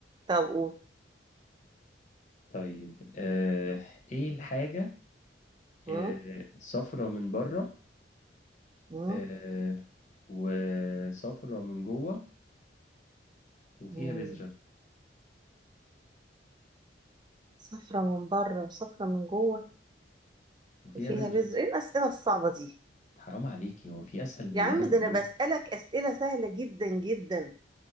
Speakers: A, on the right (about 25°); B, on the left (about 40°).
A: طب قول
B: طيب آه إيه الحاجة
A: مم.
B: آه صفرة من بره
A: مم.
B: آه وصفرة من جوه وفيها
A: مم.
B: بذرة
A: صفرة من بره وصفرة من جوه
B: وفيها
A: وفيها
B: بذرة
A: بذر ايه الأسئلة الصعبة دي
B: حرام عليكي هو في اسهل من
A: يا
B: اللي
A: عم
B: انا بقوله
A: ده انا بسألك
B: لك
A: أسئلة سهلة جدا جدا